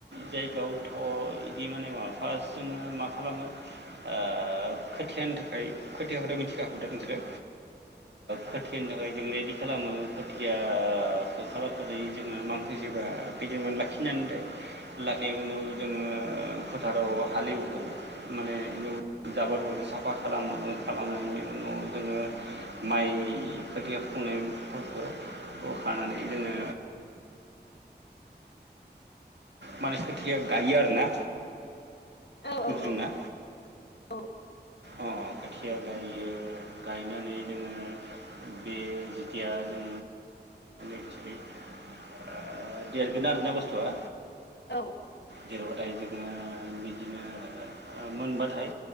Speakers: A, on the right (about 75°); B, on the left (about 70°).
A: जायगायावथ' इदि माने माबा फार्स्ट जोङो मा खालामो आ खोथियानि थाखाय खोथियाखौथ मिथिखाखौ दा नोंसोरो खोथियानि थाखाय जों रेडि खालामो खोथिया खालामखनानै जोङो मांखोसेबा खैदीनमान लाखिनानै लाहै उनाव जोङो फोथाराव हालेवगौ माने जाबोरखौ साफा खालामो खालामनायनि उनाव जोङो माइ खोथिया फुनायफोरखौ खौ खानानै जोङो माने खोथिया गायो आरोना।
B: औ
A: बुजिदों
B: औ
A: ना?
B: औ
A: अ खोथिया गायो गायनानै जोङो बे जिथिया जों एक्सलि आ देरगोन आरोना बुस्थुआ
B: औ
A: गेरबाथाय जोङो बिदिनो ओ मोनबाथाय